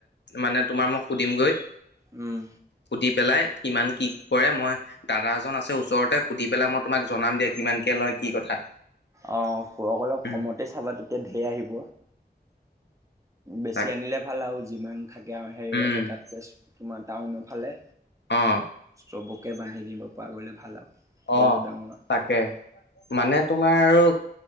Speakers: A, on the left; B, on the right.
A: মানে তোমাৰ মই সুধিমগৈ।
B: উম।
A: সুধি পেলাই কিমান কি কৰে মই দাদা এজন আছে ওচৰতে সুধি পেলাই মই তোমাক জনাম দিয়া কিমান কে লয় কি কথা।
B: অ', <unintelligible> অলপ
A: উম,
B: কমতে চাবা তেত তিয়া ধেৰ আহিব। বেছি
A: তাক
B: আনিলে ভাল আৰু যিমান থাকে আৰু সেই
A: উম,
B: এলেকাত তেজ তোমাৰ টাউন ফালে।
A: অ'।
B: চবকে বান্ধি দিব পৰা গ'লে ভাল আৰু। সৰু
A: অ'
B: ডাঙৰ।
A: তাকে মানে তোমাৰ আৰু।